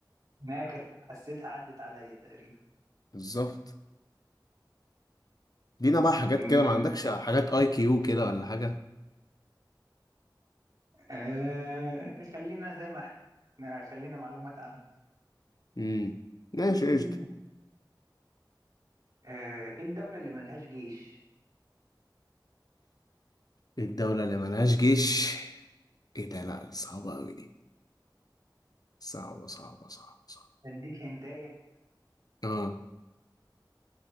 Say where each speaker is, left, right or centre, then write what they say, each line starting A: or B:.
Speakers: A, on the right (about 50°); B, on the left (about 50°).
A: انها كانت حسيتها عدت عليا تقريبا
B: بالظبط دينا بقى حاجات
A: مم.
B: كده ما عندكش حاجات اي كيو كده ولا حاجة
A: آه خلينا زي ما احنا احنا خلينا معلومات عامة
B: امم ماشي
A: <clears throat>
B: قشطة
A: آه ايه الدولة اللي ملهاش جيش
B: الدولة اللي ملهاش جيش ايه ده لا صعبة قوي دي صعبة صعبة صعبة صعبة
A: اديك هنتاية
B: اه